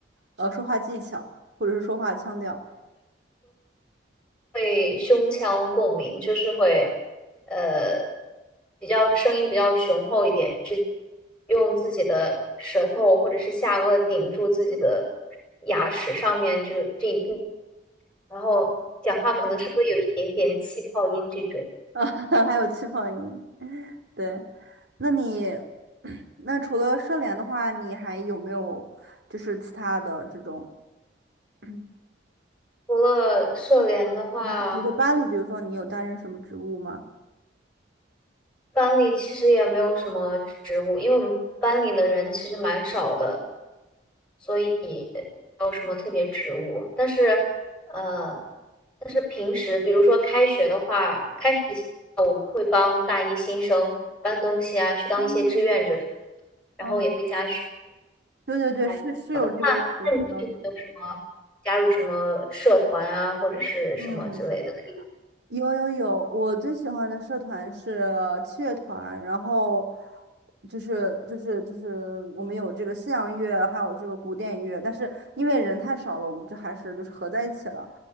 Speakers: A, on the right (about 65°); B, in the centre.
A: 呃，说话技巧，或者是说话腔调
B: 会胸腔共鸣，就是会呃比较声音比较雄厚一点，是用自己的舌头或者是下颚顶住自己的牙齿上面这这一步，然后讲话可能是会有一点点气泡音这种。
A: 啊，<laughs> 还有气泡音？对，那你 <clears throat> 那除了社联的话，你还有没有就是其他的这种，<clears throat>
B: 除了社联的话，
A: 比如说班里，比如说你有担任什么职务吗？
B: 班里其实也没有什么职务，因为我们班里的人其实蛮少的，所以没有什么特别职务。但是，呃，但是平时比如说开学的话，开学前我们会帮大一新生搬东西啊，去当一些志愿者，
A: 哦，哦，
B: 然后也会加学。
A: 对对对，
B: 哎，
A: 是是有这个学分要求。
B: 那你有没有什么加入什么社团啊，或者是什么之类的可以？
A: 嗯有有有，我最喜欢的社团是器乐团，然后就是就是就是我们有这个西洋乐，还有这个古典乐，但是因为人太少了，我们就还是就是合在一起了。